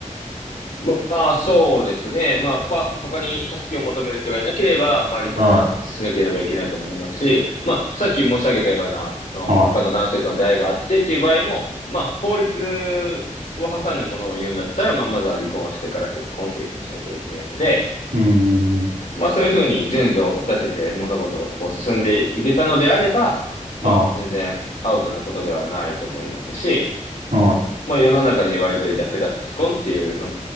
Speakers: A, on the left; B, on the right.
A: ままあそうですね。まあパ、他に助けを求める人がいなければ、まあ離婚しなければいけないと思いますし、
B: はい。
A: まあさっき申し上げたような、その他の男性との出会いがあってっていう場合も、
B: はい。
A: まあ法律を挟んだものを言うんだったら、まあまずは離婚をしてから結婚っていうふうにしなきゃいけないので、
B: うん、うん、
A: まあそういうふうに順序を立てて物事がここ進んでいけたのであれば、まあ全然アウトなことではないと思いますし、
B: うん。はい。はい。
A: まあ世の中で言われている略奪婚っていうの